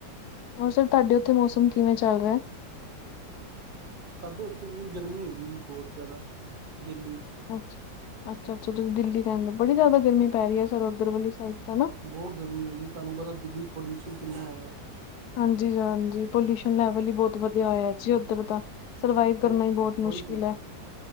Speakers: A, on the left; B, on the right.
A: ਹੋਰ ਸਰ ਤੁਹਾਡੇ ਉੱਥੇ ਮੌਸਮ ਕਿਵੇਂ ਚੱਲ ਰਿਹਾ ਹੈ
B: ਸਾਡੇ ਉੱਥੇ ਗਰਮੀ ਹੈਗੀ ਜੀ, ਬਹੁਤ ਜ਼ਿਆਦਾ ਦਿੱਲੀ 'ਚ
A: ਅੱਛ ਅੱਛਾ ਅੱਛਾ ਤੁਸੀਂ ਦਿੱਲੀ ਰਹਿੰਦੇ ਔ, ਤੇ ਬੜੀ ਜ਼ਿਆਦਾ ਗਰਮੀ ਪੈ ਰਹੀ ਹੈ ਸਰ ਉਓਧਰ ਵਾਲੀ ਸਾਈਡ ਤਾਂ ਨਾ
B: ਬਹੁਤ ਗਰਮੀ ਹੈ ਜੀ, ਤੁਹਾਨੂੰ ਪਤਾ ਦਿੱਲੀ 'ਚ ਪੋਲਿਊਸ਼ਨ ਕਿੰਨਾ ਹੈਗਾ ਐ
A: ਹਾਂਜੀ ਹਾਂਜੀ ਪੋਲਿਊਸ਼ਨ ਲੈਵਲ ਹੀ ਬਹੁਤ ਵਧੀਆ ਹੋਇਆ ਜੀ, ਉੱਧਰ ਤਾਂ ਸਰਵਾਈਵ ਕਰਨਾ
B: ਉਹੀ
A: ਹੀ ਬਹੁਤ ਮੁਸ਼ਕਿਲ
B: ਉਹੀ ਤੇ
A: ਹੈ